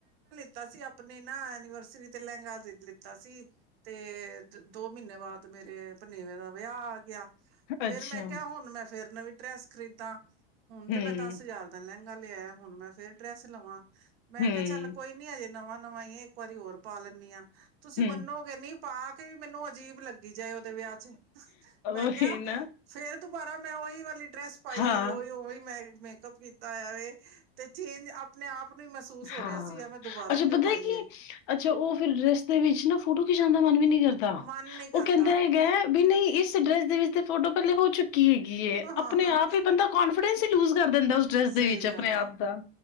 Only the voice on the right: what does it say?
<unintelligible> ਤਾ ਸੀ, ਆਪਣੇ ਨਾ ਐਨੀਵਰਸਰੀ ਤੇ ਲਹਿੰਗਾ ਲਿੱਤਾ ਸੀ, ਤੇ ਦੋ ਮਹੀਨੇ ਬਾਅਦ ਮੇਰੇ ਭਨੇਵੇ ਦਾ ਵਿਆਹ ਆ ਗਿਆ। ਫੇਰ
ਮੈਂ ਕਿਹਾ,
ਹੁਣ ਮੈਂ ਫੇਰ ਨਵੀ ਟਰੈਸ ਖਰੀਦਾਂ ਹੁਣ ਤੇ
ਮੈਂ ਦਸ ਹਜ਼ਾਰ ਦਾ ਲੈ <unintelligible> ਹੁਣ ਮੈਂ ਫੇਰ ਡਰੈਸ ਲਵਾਂ ਮੈਂ
ਕਿਹਾ ਚੱਲ ਕੋਈ ਨੀ ਹਜੇ ਨਵਾਂ ਨਵਾ ਈਏ ਇੱਕ ਵਾਰੀ ਹੋਰ ਪਾ ਲੈਂਦੀ ਹਾਂ। ਤੁਸੀਂ
ਮਨੋਗੇ ਨਹੀਂ ਪਾ ਕੇ ਵੀ ਮੈਨੂੰ ਅਜੀਬ ਲੱਗੀ ਦੇ ਵਿਆਹ ਚ, ਮੈਂ
ਕਿਹਾ,
ਫੇਰ ਦੁਬਾਰਾ ਮੈਂ ਉਹੀ ਵਾਲੀ, ਡਰੈਸ ਪਾਈ
ਉਹੀ ਉਹੀ ਮੈਂ ਮੇਕਅਪ ਕੀਤਾ ਹੋਇਆ ਵੇ ਤੇ ਚੇਂਜ ਆਪਣੇ ਆਪ ਨੂੰ ਹੀ ਮਹਿਸੂਸ ਹੋ
ਰਿਹਾ ਸੀ ਮੈਂ ਦੁਬਾਰਾ
ਕਿਉਂ
ਪਾਈਏ
ਮਨ ਨੀ ਕਰਦਾ
ਹਾਂ
ਸਹੀ
ਗੱਲ
ਏ